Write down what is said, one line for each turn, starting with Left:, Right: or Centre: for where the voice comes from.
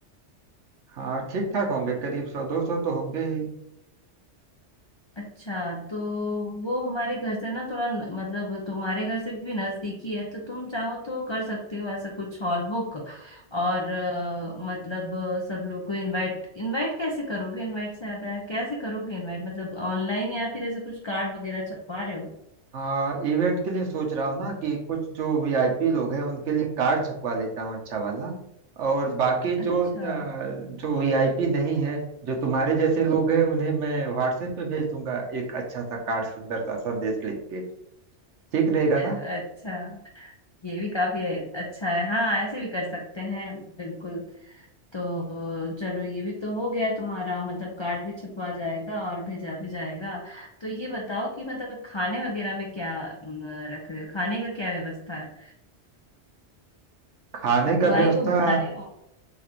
Right: हाँ ठीक ठाक होंगे करीब सौ दो सौ तो होंगे ही
Left: अच्छा तो वो हमारे घर से ना थोड़ा न- मतलब तुम्हारे घर से भी नजदीकी है तो तुम चाहो तो कर सकते हो ऐसा कुछ हॉल बुक और अ, मतलब अ, सब लोग को इनवाइट इनवाइट कैसे करोगे इनवाइट से ज्यादा है कैसे करोगे इनवाइट मतलब ऑनलाइन या फिर ऐसे कुछ कार्ड वगैरह छपवा रहे हो
Right: हाँ इवेंट के लिए सोच रहा हूँ ना कि कुछ जो वीआईपी लोग हैं उनके लिए कार्ड छपवा लेता हूँ अच्छा वाला और बाकी जो
Left: अच्छा
Right: अ, जो वीआईपी नहीं है जो तुम्हारे जैसे लोग हैं उन्हें मैं व्हाट्सएप पे भेज दूंगा एक अच्छा सा कार्ड सुंदर सा संदेश लिख के ठीक रहेगा ना
Left: अच्छा ये भी काफी है- अच्छा है हाँ ऐसे भी कर सकते हैं बिल्कुल तो चलो ये भी तो हो गया तुम्हारा मतलब कार्ड भी छपवा जाएगा और भेजा भी जाएगा तो ये बताओ कि मतलब खाने वगैरह में क्या अम, रख रहे हो खाने का क्या व्यवस्था है
Right: खाने
Left: हलवाई
Right: का व्यवस्था
Left: को बुला रहे हो